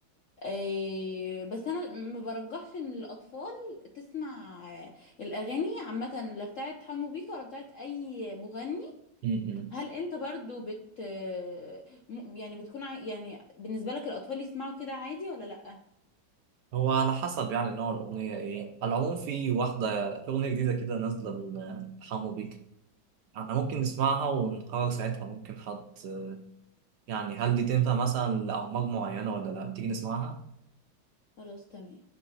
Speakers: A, on the left; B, on the right.
A: آه، بس انا ما برجحش ان الاطفال تسمع آه، الاغاني عامة لا بتاعت حمو بيكا ولا بتاعت اي مغني
B: م- م.
A: هل انت برضو بت آه، م- يعني بتكون عاي- يعني بالنسبة لك الاطفال يسمعوا كده عادي ولا لأ
B: هو على حسب يعني نوع الأغنية إيه على العموم في واحدة أغنية جديدة كده نازلة حمو بيك احنا ممكن نسمعها ونقرر ساعتها ممكن حد يعني هل دي تنفع مثلا لأعمار معينة ولا لا تيجي نسمعها
A: خلاص تمام